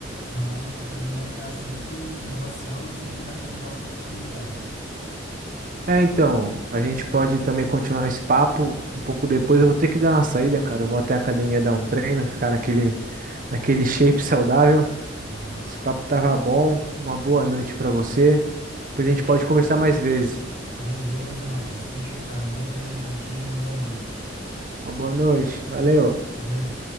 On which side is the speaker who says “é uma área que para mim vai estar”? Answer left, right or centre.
Left